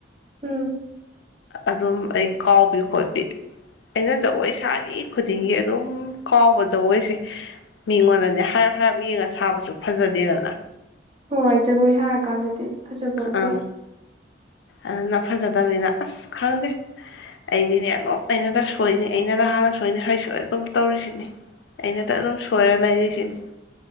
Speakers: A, on the right (about 35°); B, on the left (about 70°).
A: ꯎꯝ
B: ꯑꯗꯨꯝ ꯑꯩ ꯀꯥꯎꯕꯤ ꯈꯣꯠꯄꯤ ꯑꯩꯅ ꯖꯒꯣꯏ ꯁꯥꯔꯤ ꯈꯨꯗꯤꯡꯒꯤ ꯑꯗꯗꯨꯝ ꯀꯥꯎꯕ ꯖꯒꯣꯏꯁꯦ ꯃꯤꯉꯣꯟꯗꯅꯦ ꯍꯥꯏꯔꯞ ꯍꯥꯏꯔꯞ ꯌꯦꯡꯉ ꯁꯥꯕꯁꯨ ꯐꯖꯗꯦꯗꯅ
A: ꯍꯣꯏ ꯖꯒꯣꯏ ꯁꯥꯔꯀꯥꯟꯗꯗꯤ ꯐꯖꯕꯣꯟꯇꯦ
B: ꯑꯪ ꯑꯗꯨꯅ ꯐꯖꯗꯕꯅꯤꯅ ꯑꯁ ꯈꯪꯗꯦ ꯑꯩꯗꯤꯅꯦ ꯑꯗꯨꯝ ꯑꯩꯅꯗ ꯁꯣꯏꯅꯤ ꯑꯩꯅꯗ ꯍꯥꯟꯅ ꯁꯣꯏꯅꯤ ꯍꯥꯏꯁꯨ ꯍꯥꯏꯒꯨꯝ ꯇꯧꯔꯤꯁꯦ ꯑꯩꯅꯗ ꯑꯗꯨꯝ ꯁꯣꯏꯔ ꯂꯩꯔꯤꯁꯤꯅꯦ